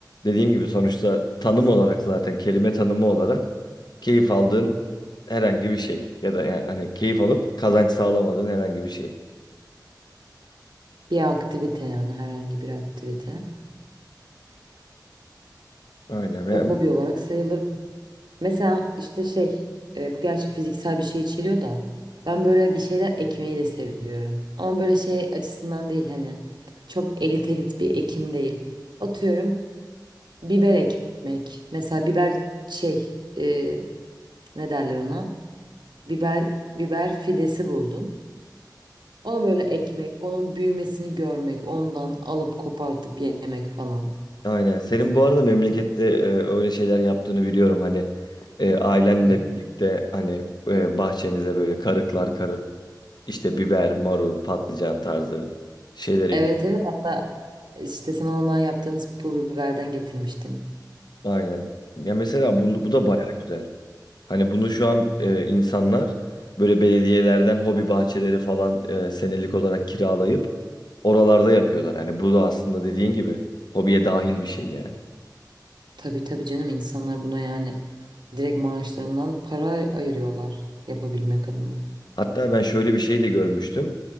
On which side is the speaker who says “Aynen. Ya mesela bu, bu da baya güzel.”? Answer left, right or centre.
Left